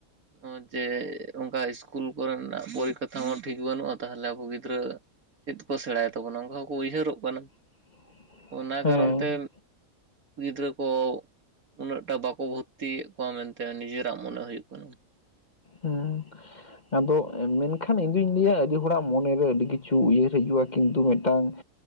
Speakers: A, on the right; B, on the left.
A: ᱱᱚᱜ-ᱚ ᱡᱮ ᱚᱱᱠᱟ ᱤᱥᱠᱩᱞ ᱠᱚᱨᱮᱱᱟᱜ ᱯᱚᱨᱤᱠᱷᱟ ᱠᱟᱛᱷᱟ ᱦᱚᱸ ᱴᱷᱤᱠ ᱵᱟᱹᱱᱩᱜ-ᱟ᱾ ᱛᱟᱦᱚᱞᱮ ᱟᱵᱚ ᱜᱤᱫᱽᱨᱟᱹ ᱪᱮᱫ ᱠᱚ ᱥᱮᱸᱲᱟᱭ ᱛᱟᱵᱚᱱᱟ ᱚᱱᱠᱟ ᱦᱚᱸ ᱠᱚ ᱩᱭᱦᱟᱹᱨᱚᱜ ᱠᱟᱱᱟ᱾
B: <inaudible>
A: ᱚᱱᱟ
B: ᱦᱮᱸ
A: ᱠᱟᱨᱚᱱ ᱛᱮ ᱜᱤᱫᱽᱨᱟᱹ ᱠᱚ ᱩᱱᱟᱹᱜᱴᱟ ᱵᱟᱠᱚ ᱵᱷᱳᱛ-ᱛᱤᱭᱮᱫ ᱠᱚᱣᱟ ᱢᱮᱱᱛᱮ ᱱᱤᱡᱮᱨᱟᱜ ᱢᱚᱱᱮ ᱦᱳᱭᱳᱜ ᱠᱟᱱᱟ᱾
B: ᱩᱸ ᱟᱫᱚ ᱢᱮᱱᱠᱷᱟᱱ ᱤᱧ ᱫᱩᱧ ᱞᱟᱹᱭᱟ, ᱟᱹᱰᱤ ᱦᱚᱲᱟᱜ ᱢᱚᱱᱮᱨᱮ ᱟᱹᱰᱤ ᱠᱤᱪᱷᱩ ᱩᱭᱦᱟᱹᱨ ᱦᱤᱡᱩᱜ-ᱟ, ᱠᱤᱱᱛᱩ ᱢᱮᱫᱴᱟᱝ